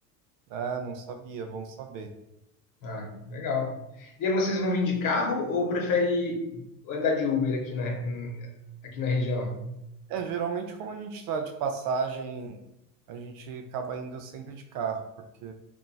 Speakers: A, on the right; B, on the left.
A: Ah, não sabia, bom saber.
B: Ah, legal. E aí vocês vão vir de carro ou prefere andar de Uber aqui na, em- aqui na região?
A: É, geralmente, como a gente está de passagem, a gente acaba indo sempre de carro, porque